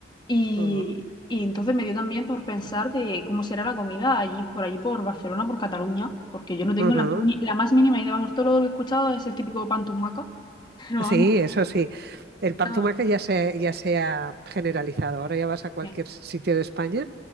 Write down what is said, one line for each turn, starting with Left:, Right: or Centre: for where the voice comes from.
Left: y,
Right: Ujú,
Left: y entonces me dio también por pensar de cómo será la comida allí, por allí, por Barcelona, por Cataluña, porque yo no tengo
Right: ujú.
Left: la, más ni- la más mínima idea, vamos, todo lo que he escuchado es el típico pan tumaca, <laughs> pero
Right: Sí,
Left: vamos,
Right: eso sí. El pan
Left: nada
Right: tumaca
Left: más.
Right: ya se, ya se ha generalizado. Ahora ya vas a cualquier
Left: Bien,
Right: sitio de España